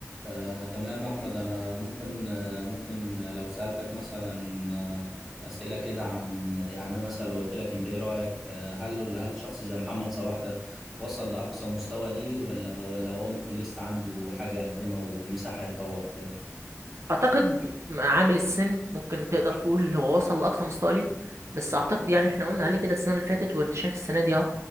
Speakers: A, in the centre; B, on the right.
A: آه، تمام أحمد أنا ممكن آه، ممكن لو سألتك مثلا آه، أسئلة كده عن يعني أنا مثلا لو قلت لك أنت إيه رأيك آه، هل ولا هل شخص زي محمد صلاح ده وصل لأقصى مستوى ليه ولا ولا هو ممكن لسه عنده حاجة يقدمها ومساحة يتطور فيها
B: اعتقد عامل السن ممكن تقدر تقول هو وصل لاقصى مستوى ليه بس اعتقد يعني احنا قلنا عليه كده السنه اللي فاتت وانت شايف السنه دي اهو